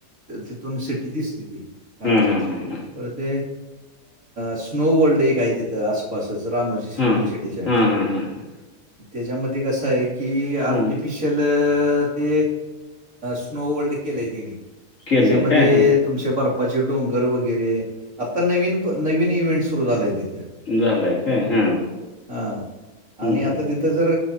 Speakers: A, on the right; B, on the left.
A: तिथून सिटी दिसते ती हा.
B: हं हं हं.
A: पर ते स्नो वर्ल्ड एक आहे तिथं आसपासच रामजो -
B: हम्म
A: फ्लिम सिटीच्या
B: हम्म हम्म हम्म हम्म हम्म
A: त्याच्यामधी कसं आहे कि आर्टि
B: हम्म
A: स्पिशल ते स्नोवल्ड केलं तिने
B: केलंय
A: त्याच्यामध्ये
B: काय हम्म
A: तुमच्या बर्फाचे डोंगर वगैरे आता नवीन नवीन इव्हेंट सुरू झालंय तिथं.
B: झालंय काय हम्म
A: हा
B: हम्म
A: आणि आता
B: हम्म
A: तिथं जर